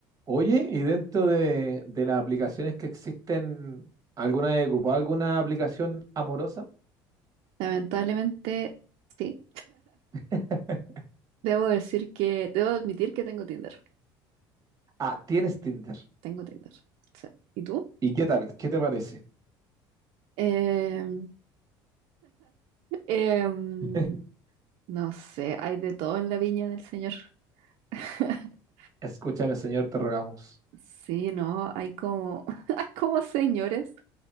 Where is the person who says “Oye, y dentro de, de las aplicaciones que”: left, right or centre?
Right